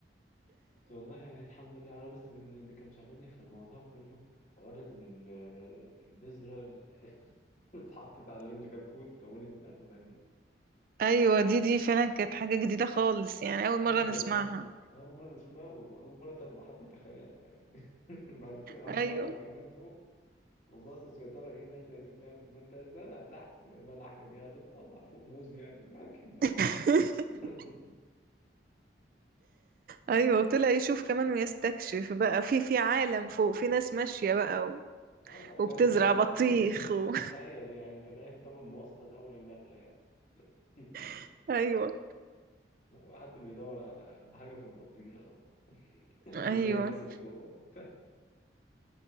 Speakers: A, on the left (about 40°); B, on the right (about 50°).
A: بس والله يعني الحمد لله أنا بس اللي كان شاغلني في الموضوع كله حوار إن ال- البذرة اللي <laughs> اتحطت على رجل كتكوت كونت نخلة دي
B: ايوه دي دي فعلا كانت حاجة جديدة خالص يعني اول
A: جدا
B: مرة نسمعها
A: اه اول مره اسمها واول مره ت- حد يتخيلها يعني <laughs> بعد كده قام
B: ايوه
A: طالع كمان فوق وباصص يا ترى ايه النخله دي بتعمل ما انت زرع تحت بلح يعني هتطلع فوق موز يعني ما اكيد بلح
B: <laughs>
A: <laughs>
B: ايوه وطلع يشوف كمان ويستكشف بقى في في عالم فوق في ناس ماشية بقى و...
A: اه لا كان
B: وبتزرع
A: في
B: بطيخ
A: <laughs>
B: و...
A: تخيل يعني تخيل تاخد مواصله لاول النخله يعني <laughs>
B: <laughs> ايوه
A: لا حد بيدور على على حاجه في البطيخه أو- <laughs> وبيضايق
B: ايوه
A: الناس اللي جوه <laughs>